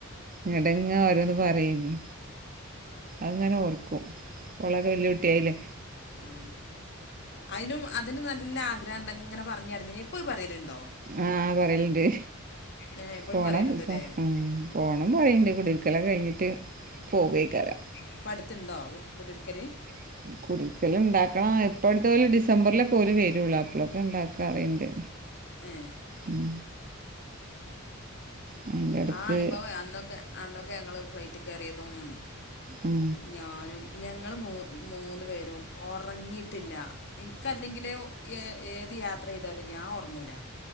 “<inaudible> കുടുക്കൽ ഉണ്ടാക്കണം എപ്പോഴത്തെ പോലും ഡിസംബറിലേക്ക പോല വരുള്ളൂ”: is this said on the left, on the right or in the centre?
Right